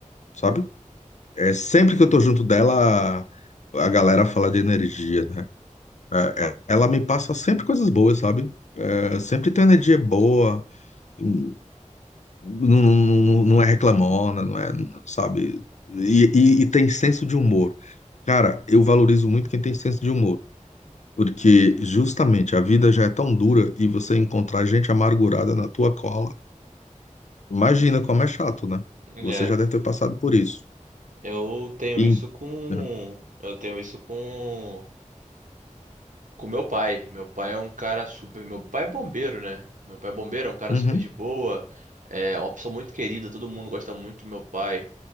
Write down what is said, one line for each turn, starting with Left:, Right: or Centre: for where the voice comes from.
Left: sabe? É sempre que eu tô junto dela, a galera fala de energia, né? É, é- ela me passa sempre coisas boas, sabe? É, sempre tem energia boa. hum, não, não, não é reclamona, não é, sabe? E, e, e tem senso de humor. Cara, eu valorizo muito quem tem senso de humor, porque justamente a vida já é tão dura e você encontrar gente amargurada na tua cola, imagina como é chato, né?
Right: É,
Left: Você já deve ter passado por isso.
Right: eu tenho
Left: E,
Right: isso com
Left: é.
Right: eu tenho isso com Com meu pai. Meu pai é um cara super. Meu pai é bombeiro, né? Meu pai é bombeiro, é um cara
Left: uhum,
Right: super de boa. É uma pessoa muito querida, todo mundo gosta muito do meu pai.